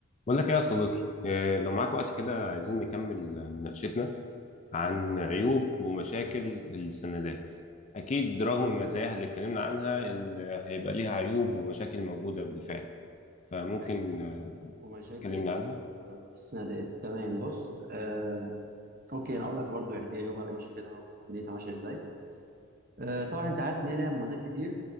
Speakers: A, on the left; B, on the right.
A: بقول لك ايه يا صديقي إيه، لو معاك وقت كده عايزين نكمل مناقشتنا عن
B: تمام
A: عيوب ومشاكل السندات اكيد رغم مزاياها اللي اتكلمنا عنها ان هيبقى ليها عيوب ومشاكل موجودة بالفعل فممكن
B: عيوب
A: آه،
B: ومشاكل
A: تكلمنا عنها
B: ال- السندات تمام بص آه، اوكي انا اقول لك برضو يعني ايه عيوبها ايه مشاكلها ودنيتها ماشيه ازاي آه، طبعا انت عارف ان هي لها مميزات كتير